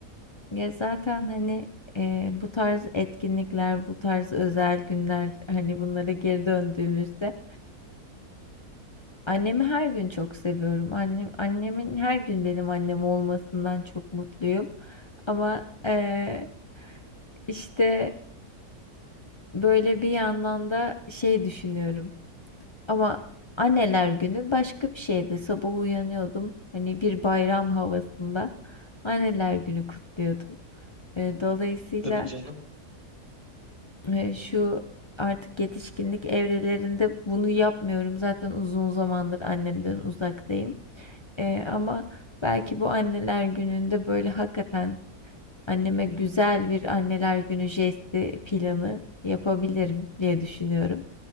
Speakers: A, on the left; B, on the right.
A: ya zaten hani e, bu tarz etkinlikler, bu tarz özel günler hani bunlara geri döndüğümüzde Annemi her gün çok seviyorum. Annem, annemin her gün benim annem olmasından çok mutluyum. Ama eee, işte böyle bir yandan da şey düşünüyorum. Ama anneler günü başka bir şeydi. Sabah uyanıyordum. Hani bir bayram havasında anneler günü kutluyordum. Eee, dolayısıyla
B: Tabii canım.
A: eee, şu artık yetişkinlik evrelerinde bunu yapmıyorum. Zaten uzun zamandır annemden uzaktayım. Eee, ama
B: Evet.
A: belki bu Anneler Günü'nde böyle hakikaten anneme güzel bir Anneler Günü jesti planı yapabilirim diye düşünüyorum.